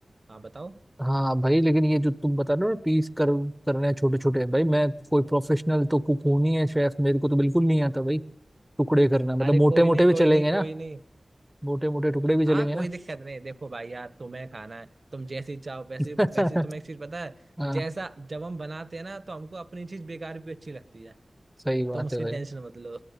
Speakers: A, on the right; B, in the centre.
A: हाँ बताओ
B: हाँ भाई लेकिन ये जो तुम बता रहे हो ना पीस कर करने हैं छोटे छोटे भाई मैं कोई प्रोफेशनल तो कुक हूं नहीं है शेफ मेरे को तो बिल्कुल नहीं आता भाई टुकड़े करना मतलब
A: अरे
B: मोटे
A: कोई
B: मोटे
A: नहीं
B: भी
A: कोई
B: चलेंगे
A: नहीं कोई
B: ना
A: नहीं
B: मोटे मोटे टुकड़े भी चलेंगे
A: हाँ कोई
B: ना
A: दिक्कत नहीं देखो भाई यार तुम्हें खाना है तुम जैसी चाहो वैसी
B: <laughs>
A: वैसी तुम्हें एक चीज पता है
B: हाँ
A: जैसा जब हम बनाते हैं ना तो हमको अपनी चीज बेकार भी अच्छी लगती है
B: सही बात
A: तुम उसकी
B: है भाई
A: टेंशन मत लो